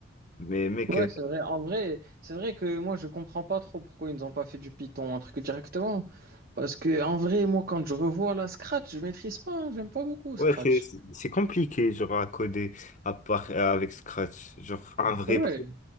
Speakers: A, on the left; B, on the right.
A: mais mec,
B: Ouais,
A: euh,
B: c'est vrai. En vrai, c'est vrai que moi, je comprends pas trop pourquoi ils nous ont pas fait du Python, un truc directement. Parce que, en vrai, moi, quand je revois la Scratch, je maîtrise pas, hein, j'aime pas beaucoup
A: Ouais,
B: Scratch.
A: c'est c'est- c'est compliqué, genre, à coder à part, euh, avec Scratch, genre, un vrai
B: Ouais,
A: pro.